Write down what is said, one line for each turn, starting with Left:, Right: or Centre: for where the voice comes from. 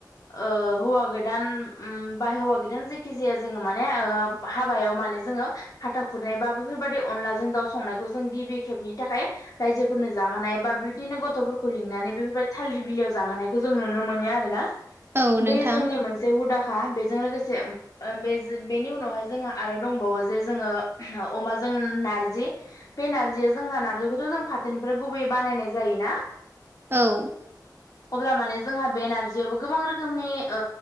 Left: ओ हौवा गोदान उम बा हौवा गोदान जायखि जाया जोङो माने ओ हाबायाव माने जोङो हाथा खुरनाय बा बेफोरबायदि अनलाजों दाउ संनायखौ जों गिबि खेबनि थाखाय रायजोफोरनो जाहोनाय बा बिबदिनो गथ' गथ'फोरखौ लिंनानै बेफोरबायदि थालिरबिलियाव जाहोनायखौ जों नुनो मोनो आरोना
Right: औ नोंथां
Left: बैयो जोंनि मोन से हुदाखा बेजों लोगोसे ओ बे बेनि उनावहाय जोंहा आरो दंबावो जे जोङो अमाजों नारजि बे नारजिया जोंहा नारजिखौथ' जों फाथोनिफ्राय गुबैयै बानायनाय जायो ना
Right: औ
Left: अब्ला माने जोंहा बे नारजियाबो गोबां रोखोमनि ओ